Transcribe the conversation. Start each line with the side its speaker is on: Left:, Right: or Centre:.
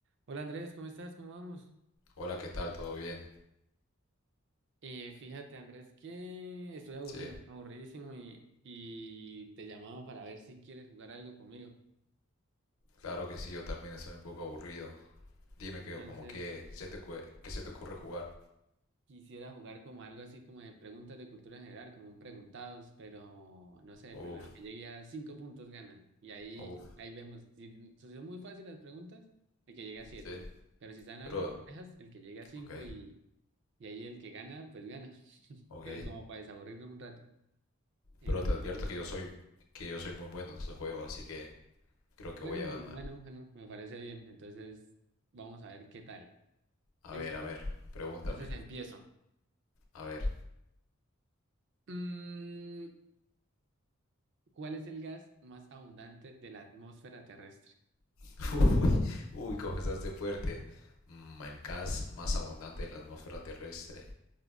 Right: Hola Andrés, ¿cómo estás? ¿Cómo vamos?
Left: Hola, ¿qué tal? ¿Todo bien?
Right: Eh, fíjate Andrés que estoy aburrido,
Left: Sí,
Right: aburridísimo y, y te llamaba para ver si quieres jugar algo conmigo.
Left: claro que sí, yo también estoy un poco aburrido. Dime
Right: Entonces
Left: que como que se te, ocue- que se te ocurre jugar.
Right: quisiera jugar como algo así como de preguntas de cultura general, como un preguntados, pero no sé,
Left: Uf,
Right: el primero que llegue a cinco puntos gana. Y ahí,
Left: uf,
Right: ahí vemos, si, si son muy fáciles las preguntas, el que llegue a siete.
Left: sí.
Right: Pero si están algo
Left: Pero,
Right: complejas, el que llegue a cinco
Left: ok,
Right: y, y ahí el que gana, pues gana. <laughs>
Left: ok.
Right: Pero como para desaburrirnos un rato. Entonces...
Left: Pero te advierto que yo soy, que yo soy muy bueno en estos juegos, así que creo que
Right: Bueno,
Left: voy a
Right: pues
Left: ganar.
Right: bueno, bueno, me parece bien. Entonces, vamos a ver qué tal.
Left: A
Right: ¿Listo?
Left: ver, a ver, pregúntame.
Right: Entonces empiezo.
Left: A ver.
Right: Mm, ¿cuál es el gas más abundante de la atmósfera terrestre?
Left: <laughs> Uy, uy, comenzaste fuerte. Mm, el gas más abundante de la atmósfera terrestre.